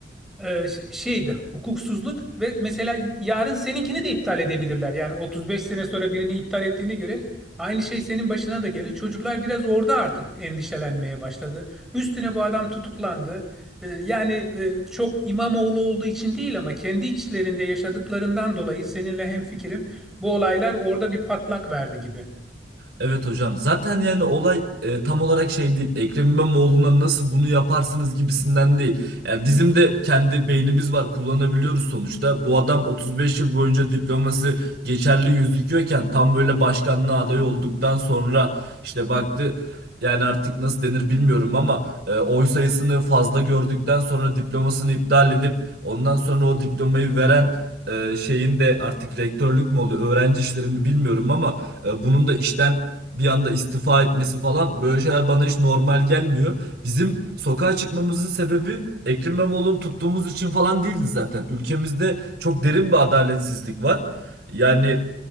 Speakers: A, in the centre; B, on the right.
A: e, ş- şeydi hukuksuzluk ve mesela yarın seninkini de iptal edebilirler. Yani 35 sene sonra birini iptal ettiğine göre aynı şey senin başına da gelir. Çocuklar biraz orada artık endişelenmeye başladı. Üstüne bu adam tutuklandı. E, yani e, çok İmamoğlu olduğu için değil ama kendi içlerinde yaşadıklarından dolayı seninle hemfikirim. Bu olaylar orada bir patlak verdi gibi.
B: Evet hocam. Zaten yani olay e, tam olarak şey değil. Ekrem İmamoğlu'na nasıl bunu yaparsınız gibisinden değil. Yani bizim de kendi beynimiz var, kullanabiliyoruz sonuçta. Bu adam 35 yıl boyunca diploması geçerli gözüküyorken tam böyle başkanlığa aday olduktan sonra işte baktı yani artık nasıl denir bilmiyorum ama e, oy sayısını fazla gördükten sonra diplomasını iptal edip ondan sonra o diplomayı veren e, şeyin de artık rektörlük mü oluyor, öğrenci işleri mi bilmiyorum ama e, bunun da işten bir anda istifa etmesi falan böyle şeyler bana hiç normal gelmiyor. Bizim sokağa çıkmamızın sebebi Ekrem İmamoğlu'nu tuttuğumuz için falan değildi zaten. Ülkemizde çok derin bir adaletsizlik var. Yani